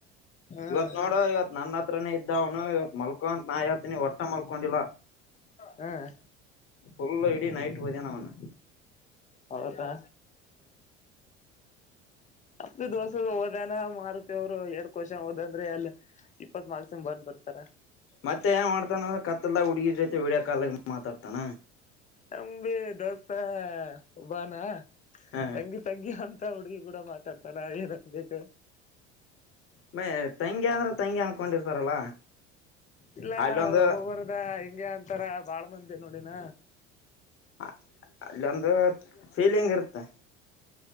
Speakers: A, on the left (about 20°); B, on the left (about 40°).
A: ಹ್ಮ್
B: ಇವತ್ ನೋಡು ಇವತ್ ನನ್ನತ್ ಹತ್ರನೇ ಇದ್ದ ಅವ್ನು ಇವತ್ ಮಲ್ಕೊ ಅಂತ್ ನಾ ಹೆಳ್ತಿನಿ ಒಟ್ಟ ಮಲ್ಕೊಂಡಿಲ್ಲ
A: ಹ್ಮ್
B: ಫುಲ್ ಇಡೀ ನೈಟ್ ಓದ್ಯಾನ್ ಅವ್ನು.
A: ಹೌದಾ ಹತ್ತು ದೋಸ ಹೋದನ ಮಾರುತಿ ಅವ್ರು ಎರಡ್ ಕೋಷನ್ ಹೋದಂದ್ರೆ ಅಲ್ಲಿ ಇಪ್ಪತ್ ಮಾರ್ಕ್ಸಂಗ್ ಬರ್ದ್ ಬರ್ತಾರ.
B: ಮತ್ತೆ ಏನ್ ಮಾಡ್ತಾನವ ಕತ್ತಿಲ್ಲ ಹುಡುಗಿ ಜೊತೆ ವೀಡಿಯೋ ಕಾಲಗ ಮಾತಾಡ್ತಾನ.
A: ತಂಗಿ ದೊಸ್ತ ಬಾನ
B: ಹ
A: ತಂಗಿ ತಂಗಿ ಅಂತ ಹುಡುಗಿ ಕೂಡ ಮಾತಾಡ್ತಾನ ಏನಕ್ ಬೇಕ್
B: ಮೆ ತಂಗಿ ಅಂದ್ರೆ ತಂಗಿ ಅನ್ಕೊಂಡಿರ್ತಾರಲ್ಲ.
A: ಇಲ್ಲ
B: ಅಲ್ಲೊಂದು
A: ಒಬರ್ದ ಹಿಂಗೆ ಅಂತಾರ ಬಾಳ್ ಮಂದಿ ನೋಡಿನ
B: ಹ ಅಲ್ಲೊಂದು ಫೀಲಿಂಗ್ ಇರುತ್ತೆ.